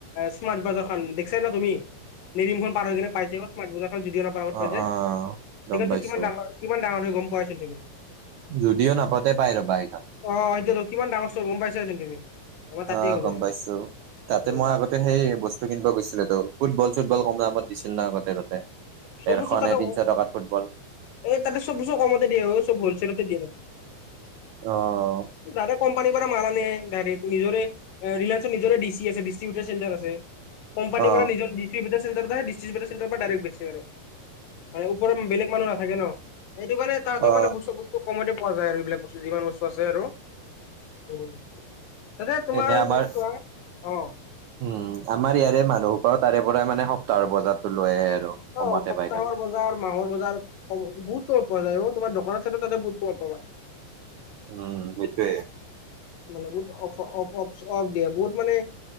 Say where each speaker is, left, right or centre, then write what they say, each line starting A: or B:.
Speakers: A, on the left; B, on the right.
A: স্মাৰ্ট বাজাৰখন দেখিছানে তুমি নিৰিমখন। পাৰ হৈ কেনে পাইজে অ' স্মাৰ্ট বজাৰখন জিদি খনৰ আগত
B: অ
A: পাইজে
B: অ
A: সেইখনটো
B: গম পাইছো
A: কিমান ডাঙৰ। কিমান ডাঙৰ হৈ গ'ম পোৱাইচোন তুমি।
B: যদিও নাপতে পাই জাবা সেইখন।
A: অ' এতিয়াতো কিমান ডাঙৰ চ'ৰ গম পাইছাচোন তুমি। আমাৰ তাতেই
B: অ'
A: হ'ব
B: গ'ম
A: আৰু
B: পাইছো, তাতে
A: উম।
B: মই আগতে ত' সেই বস্তু কিনিব গৈছিলেটো ফুটবল চুটবল ক'ম দামত দিছিল ন আগতে তাত।
A: সব
B: ডেৰশ
A: বস্তু তাতে
B: নে তিনিশ টকাত ফুটবল।
A: এই তাতে চ'ব বস্তু কমতে দিয়ে অ' চ'ব হলছেলতে দিয়ে।
B: অ'
A: দাদা কোম্পানীৰ পৰা মাল আনে গাড়ীত নিজৰে। ৰিলায়ন্সৰ নিজৰ ডি চি আছে ডিষ্ট্ৰিবউটাৰ চেণ্টাৰ আছে। কোম্পানিৰ
B: অ
A: পৰা নিজৰ ডিষ্ট্ৰিবউটাৰ চণ্টাৰ যায়, ডিষ্ট্ৰিবেটাৰ চেণ্টাৰ পৰা ডাইৰেক বেচি আৰু। নাৰায়ন পুৰত বেলেগ মানুহ নাথাকে ন, সেইটো কাৰণে তাহাঁতৰ
B: অ
A: মানে বস্ত বস্তু কমতে পোৱা যায় আৰু এইবিলাক বস্তু যিমান বস্তু আছে আৰু। উম, তাতে তোমাৰ
B: এনে আমাৰ
A: যদি চোৱা অ'।
B: উম, আমাৰ ইয়াৰে মানুহৰ সোপাই তাৰে পৰাই মানে সপ্তাহৰ বজাতো লৈ আহে আৰু কমতে
A: অ সপ্তাহৰ
B: পায় কাৰনে।
A: বজাৰ মাহৰ বজাৰ বহুত ক'মত পোৱা যায় অ' তোমাৰ দোকানত থাকিও তাতে বহুত কম পাবা।
B: উম, সেইটোৱে।
A: মানে বহুত অ'ফ অ'ফ অ'ফ অ'ফ দিয়ে বহুত মানে